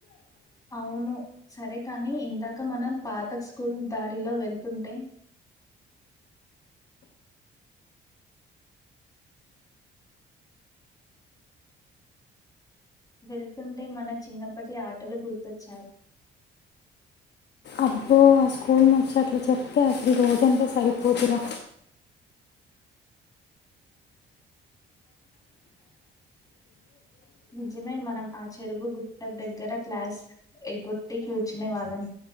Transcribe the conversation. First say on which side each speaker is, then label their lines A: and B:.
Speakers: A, on the left; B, on the left.
A: అవును సరే కాని ఇందాక మనం పాతక స్కూల్ దారిలో వెళ్తుంటే వెళ్తుంటే మన చిన్నప్పటి ఆటలు గుర్తొచ్చాయి
B: అబ్బో ఆ స్కూల్ ను వచ్చి అట్లు చెప్తే అసలు ఈ రోజంతా సరిపోతురా
A: నిజమే మనం ఆ చెరువు గుట్ట దగ్గర క్లాస్ ఎగ్గొట్టి కూర్చునే వాళ్ళం